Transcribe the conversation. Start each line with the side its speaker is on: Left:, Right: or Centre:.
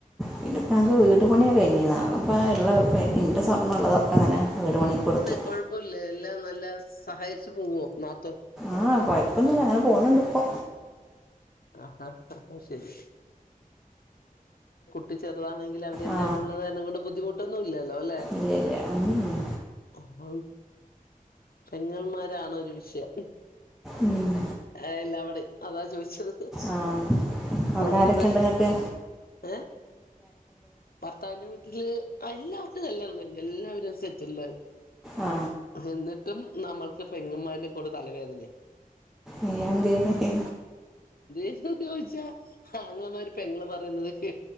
Centre: പിന്നിപ്പ ഞാങ്ക്
Left: ആഹ്
Centre: വീട് പണി കഴ്ഞ്ഞതാ ഇപ്പ ഇള്ള ഫ് ഇൻ്റെ സ്വർണ്ണുള്ളതൊക്കെങ്ങനെ വീട് പണിക്കൊടുത്തു
Left: കൊഴപ്പവില്ല എല്ലാം നല്ല സഹായിച്ചു പോവോ നാത്തൂൻ
Centre: ആഹ് കൊഴപ്പൊന്നില്ല അങ്ങനെ പോണണ്ട് ഇപ്പോ
Left: ആഹാ അത് ശരി ട്ട ചെറുതാണെങ്കില് അവര്ല്ലാവരും
Centre: ആ
Left: ഉള്ളത് കാരണം കൊണ്ട് ബുദ്ധിമുട്ടൊന്നും ഇല്ലല്ലോ അല്ലെ
Centre: ഇല്ല ഇല്ല ഉം, ഉം.
Left: ആം പെങ്ങമാരാണ് ഒരു വിഷയം
Centre: ഉം.
Left: ആ എല്ലാവിടെയും അതാ ചോദിച്ചത്
Centre: ആഹ് അവിടെ
Left: നിങ്ങൾക്ക്
Centre: ആരൊക്കെയൊണ്ട്ങ്ങക്ക്
Left: പ്രശ്നം ഏഹ് ഭർത്താവിന്റെ വീട്ടില് എല്ലാവർക്കും കല്യാണം കഴിഞ്ഞു എല്ലാവരും വിശ്വസ്ച്ചില്ല
Centre: ആ
Left: എന്നിട്ടും നമ്മൾക്ക് പെങ്ങന്മാര്ടെക്കൊണ്ട ഒരു തലവേദനയാ
Centre: അയ്യന്തേനേ
Left: ഇഷ്ടംഞ്ചോയ്ച്ചാ ആങ്ങളമാര് പെങ്ങള് പറയുന്നത് കേ